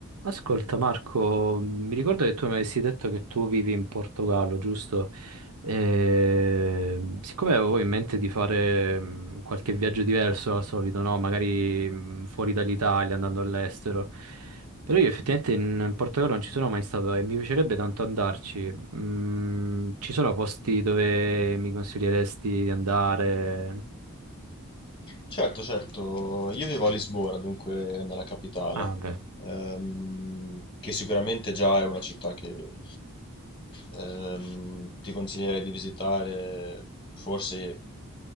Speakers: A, on the right; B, on the left.
A: Ascolta Marco, mi ricordo che tu mi avessi detto che tu vivi in Portogallo, giusto? Ehm, siccome avevo in mente di fare mh, qualche viaggio diverso al solito, no? Magari mh, fuori dall'Italia, andando all'estero, però io effettivamente in Portogallo non ci sono mai stato e mi piacerebbe tanto andarci. Mm, ci sono posti dove mi consiglieresti di andare?
B: Certo, certo, io vivo a Lisbona, dunque nella capitale,
A: Ah, beh,
B: ehm, che sicuramente già è una città che Ehm, ti consiglierei di visitare forse